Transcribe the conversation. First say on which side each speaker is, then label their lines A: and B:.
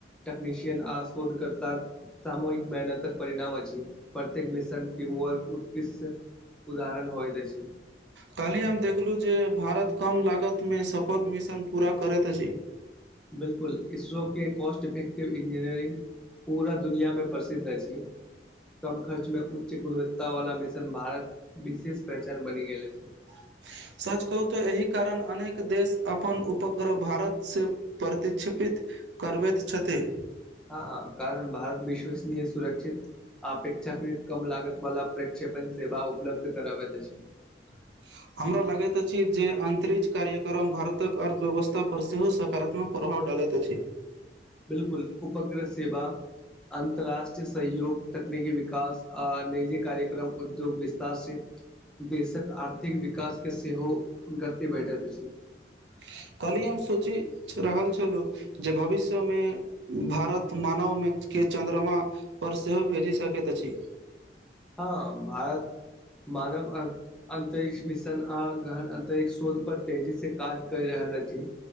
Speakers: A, in the centre; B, on the right.
A: टेकनिशियन आ शोधकर्ता। सामूहिक मेहनतक परिणाम अछि। प्रत्येक मिशन टीमवर्क उत्कृष्ट। उदाहरण होइत अछि।
B: काल्हि हम देखलहुँ जे भारत कम लागत में सफल मिशन पूरा करैत अछि।
A: बिल्कुल, इसरो के कॉस्ट इफेक्टिव इंजीनियरिंग। पूरा दुनिया में प्रसिद्ध अछि। कम खर्च में उच्च गुणवत्ता वाला मिशन भारत विशेष पहचान बनि गेल अछि।
B: स्स्स। सच कहू तऽ एहि कारण अनेक देश अपन उपग्रह भारत से प्रतिक्षेपित। करबैत छथि।
A: हँ कारण भारत विश्वसनीय सुरक्षित। अपेक्षाकृत कम लागत वला प्रक्षेपण सेवा उपलब्ध कराबत अछि।
B: ह्ह्ह्। हमरा लागैत अछि जे अंतरिक्ष कार्यक्रम भारतक अर्थव्यवस्था पर सेहो सकारात्मक प्रभाव डाल। लैत अछि।
A: बिल्कुल, उपग्रह सेवा। अन्तर्राष्ट्रीय सहयोग, तकनिकी विकास आ निजी कार्यक्रम उद्योग विस्तार से। देशक आर्थिक विकासके सेहो गति भेटैत अछि।
B: <inaudible> कल्हि हम सोचि रहल छलहुँ, जे भविष्य में भारत मानव में। के चन्द्रमा पर सेहो भेजि सकैत अछि।
A: हँ भारत। मानव अन्तरिक्ष मिशन आ गहन अंतरिक्ष शोध पर तेजी से काज कर रहल। रहल अछि।